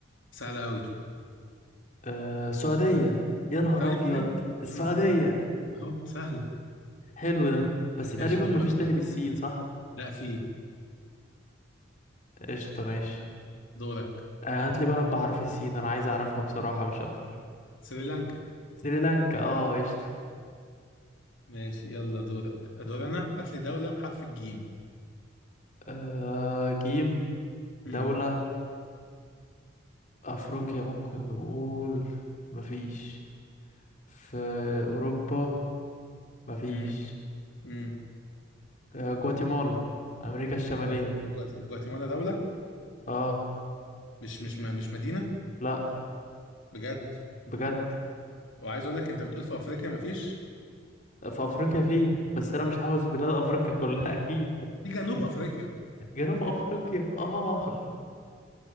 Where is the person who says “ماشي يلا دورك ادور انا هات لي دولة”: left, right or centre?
Left